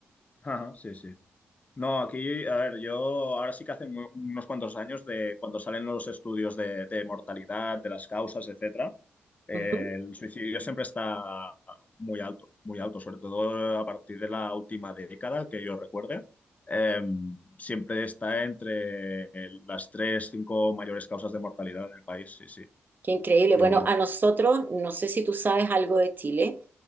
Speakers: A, on the left; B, on the right.
A: Ajá, sí, sí. No, aquí, a ver, yo ahora sí que hace mu- unos cuantos años de cuando salen los estudios de, de mortalidad, de las causas, etcétera, eh,
B: Ujú.
A: el suicidio siempre está muy alto, muy alto, sobre todo a partir de la última década que yo recuerde. Eh, siempre está entre las tres, cinco mayores causas de mortalidad en el país, sí, sí.
B: Qué increíble.
A: Yo,
B: Bueno, a nosotros, no sé si tú sabes algo de Chile,